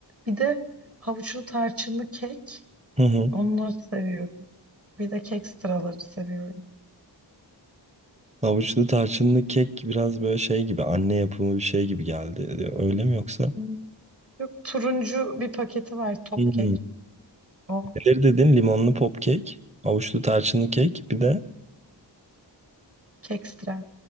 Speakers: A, on the right; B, on the right.
A: bir de havuçlu tarçınlı kek.
B: Hı hı.
A: Onları seviyorum. Bir de kek sıraları seviyorum.
B: Havuçlu tarçınlı kek biraz böyle şey gibi anne yapımı bir şey gibi geldi diyor. Öyle mi yoksa?
A: Hmm. Yok turuncu bir paketi var top
B: Hmm.
A: kek. O
B: Neleri dedin? Limonlu pop kek, havuçlu tarçınlı kek, bir de
A: kek sıra.